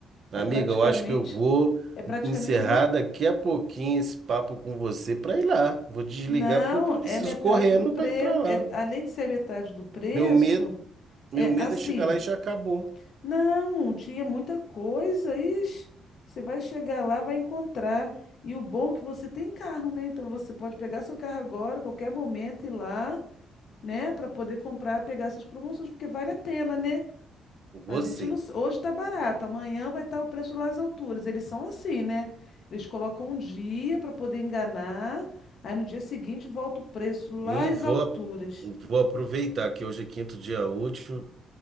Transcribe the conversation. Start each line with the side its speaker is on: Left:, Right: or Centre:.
Right: Amiga,
Left: É praticamente,
Right: eu acho que eu vou
Left: é praticamente
Right: encerrar
Left: a metade.
Right: daqui a pouquinho esse papo com você para ir lá. Vou desligar
Left: Não,
Right: porque eu preciso
Left: é metade
Right: correndo
Left: do preço.
Right: para ir para lá.
Left: é, além de ser metade do preço,
Right: Meu medo, meu
Left: é
Right: medo
Left: assim.
Right: é chegar lá e já acabou.
Left: Não, tinha muita coisa. Ixi, você vai chegar lá, vai encontrar. E o bom é que você tem carro, né? Então você pode pegar seu carro agora, qualquer momento, ir lá, né, para poder comprar, pegar essas promoções, porque vale a pena, né?
Right: Vou
Left: A gente
Right: sim.
Left: não, s- hoje tá barato, amanhã vai estar o preço lá às alturas. Eles são assim, né? Eles colocam um dia para poder enganar, aí no dia seguinte volta o preço lá
Right: E
Left: às
Right: vou,
Left: alturas.
Right: a- vou aproveitar que hoje é quinto dia útil,